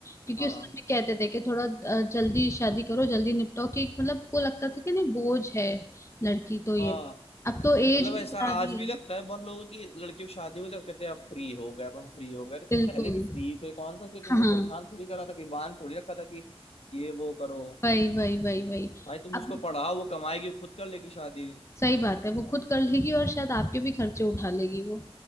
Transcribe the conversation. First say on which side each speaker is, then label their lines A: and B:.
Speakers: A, on the left; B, on the left.
A: क्योंकि
B: हाँ
A: उस समय कहते थे कि थोड़ा अ, जल्दी शादी करो जल्दी निपटाओ कि एक मतलब वो लगता था कि नहीं बोझ है लड़की तो ये
B: हाँ
A: अब तो एज
B: मतलब ऐसा
A: भी बढ़ा
B: आज
A: दी
B: भी
A: है
B: लगता है बहुत लोगों की लड़कियों की शादी हो जाती कहते हैं आप फ्री हो गए अब हम फ्री हो गए अरे तुम
A: बिल्कुल
B: पहले भी फ्री थे कौन सा कोई तुमको
A: हाँ हाँ।
B: परेशान थोड़ी करा था कि बांध थोड़ी रखा था कि ये वो करो
A: वही वही वही वही
B: भाई तुम
A: अब
B: उसको पढ़ाओ वो कमाएगी वो खुद कर लेगी शादी
A: सही बात है वो खुद कर लेगी और शायद आपके भी खर्चे उठा लेगी वो